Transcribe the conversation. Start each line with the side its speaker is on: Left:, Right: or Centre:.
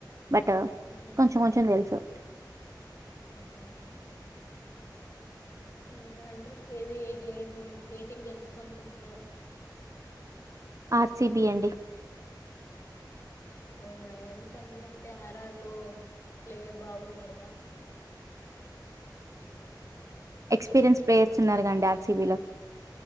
Right: బట్
Left: ఉహు
Right: కొంచెం కొంచెం తెలుసు
Left: ఆహా ఇంకా అండి ఏది ఏ గేమ్ ఏ టీం గెలుస్తుంది అనుకుంటున్నారు
Right: ఆర్సిబి అండి
Left: అవునా ఎందుకండి అంటే ఆర్ఆర్ లో ప్లేయర్ బాగున్నాడుగా
Right: ఎక్స్పీరియన్స్ ప్లేయర్స్ ఉన్నారు కాండి ఆర్సీబీలో